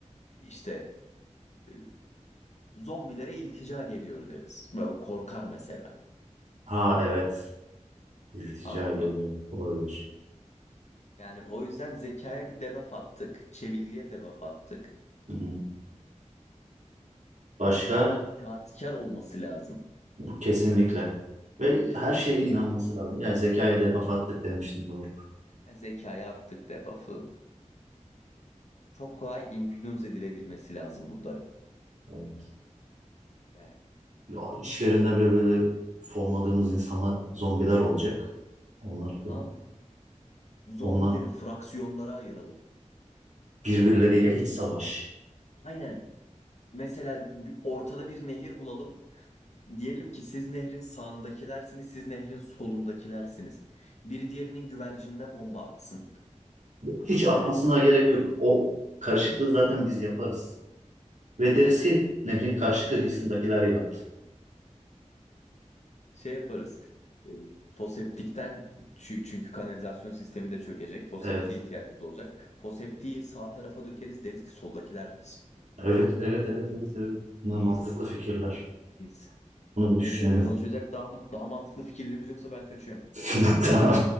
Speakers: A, on the left; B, on the right.
A: İşte e, zombilere iltica geliyor deriz. Böyle korkar mesela.
B: Ha evet. İltica
A: Anladın
B: geliyor
A: mı?
B: olabilir.
A: Yani o yüzden zekaya bir debuff attık. Çevikliğe debuff attık.
B: Hı hı. Başka?
A: İtaatkar olması lazım.
B: Bu kesinlikle. Ve her şeye inanması lazım. Yani zekaya debuff attık demiştim doğru.
A: Yani zekaya attık debuff'ı. Çok kolay influence edilebilmesi lazım bunların.
B: Evet.
A: Yani
B: Ya, işlerinde böyle böyle fonladığımız insanlar zombiler olacak. Onlar falan.
A: lan zombileri
B: Onlar
A: fraksiyonlara ayıralım.
B: birbirleriyle iç savaş.
A: Aynen. Mesela bir- ortada bir nehir bulalım. Diyelim ki siz nehrin sağındakilersiniz, siz nehrin solundakilersiniz. Biri diğerinin güvercinine bomba atsın.
B: Hiç atmasına
A: Ee,
B: gerek yok. O karışıklığı zaten biz yaparız. Ve deriz ki nehrin karşı kıyısındakiler yaptı.
A: şey yaparız. Ee, foseptikten çü- çünkü kanalizasyon sistemi de çökecek. Foseptiğe
B: Evet.
A: ihtiyacımız olacak. Foseptiği sağ tarafa dökeriz deriz ki soldakiler s-
B: Evet,
A: döktü.
B: evet, evet, evet, evet. Bunlar
A: Mis.
B: mantıklı fikirler.
A: Mis.
B: Bunu bir
A: Neyse
B: düşünelim.
A: konuşacak daha daha mantıklı fikirlerimiz yoksa ben kaçıyorum.
B: <laughs> Tamam.